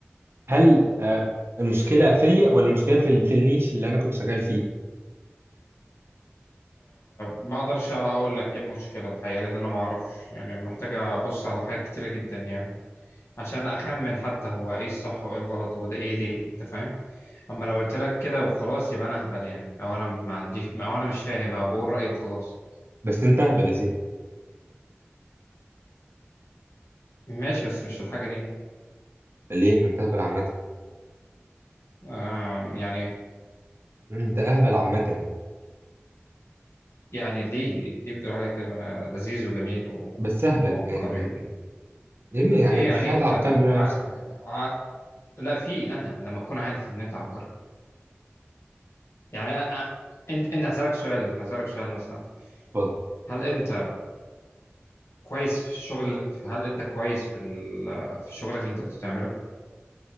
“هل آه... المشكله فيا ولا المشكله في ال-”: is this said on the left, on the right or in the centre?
Right